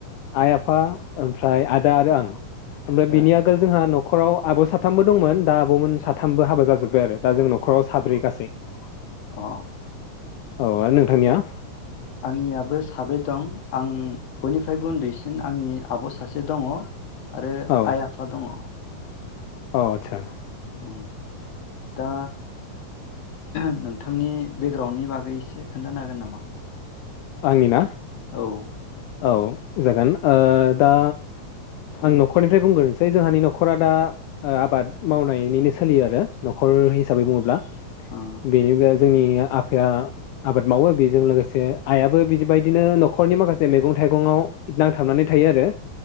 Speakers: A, on the left (about 75°); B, on the left (about 55°).
A: आइ आफा ओमफ्राय आदा आरो आं। ओमफ्राय बिनि
B: ए
A: आगोल जोंहा न नखराव आब साथामबो दंमोन दा आबमोन साथामबो हाबा जाजोब्बाय आरो दा जों नखराव साब्रै गासै ।
B: अ
A: औ आरो नोंथांनिया?
B: आंनियाबो साब्रै दं, आं बयनिफ्रायबो उन्दैसिन आंनि आब सासे दङ आरो
A: औ
B: आइ आफा दङ।
A: औ आथसा
B: ओम दा नोंथांनि बेकग्राउणडनि बागै एसे खोन्थानो हागोन नामा?
A: आंनिया?
B: औ ओ
A: औ जागोन ओ दा आं न'खरनिफ्राय बुंग्रोनोसै जोंहानि न'खरा दा आबाद मावनायनिनो सोलियो आरो न'खर हिसाबै बुङोब्ला,
B: उम
A: बेदिब्ला जोंनिया आफाया आबाद मावो बेजों लोगोसे आयाबो बिदिबायदिनो न'खरनि माखासे मेगं थाइगंआव नांथाबनानै थायो आरो